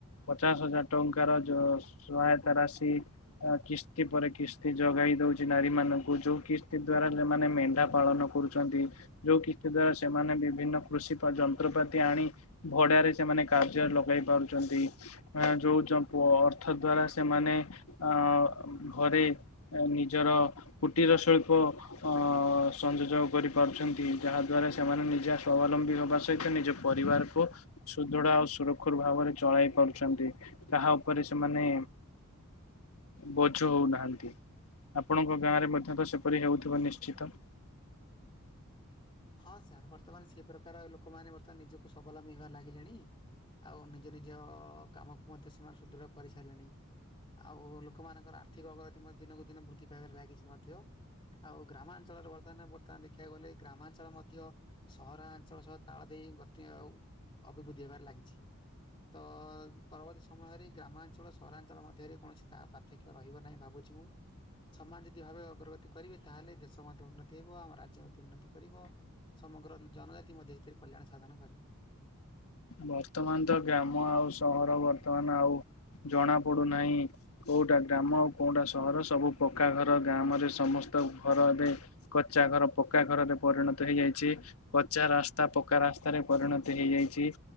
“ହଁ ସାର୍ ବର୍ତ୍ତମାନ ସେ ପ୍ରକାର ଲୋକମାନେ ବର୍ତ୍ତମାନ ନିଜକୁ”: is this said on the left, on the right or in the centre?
Left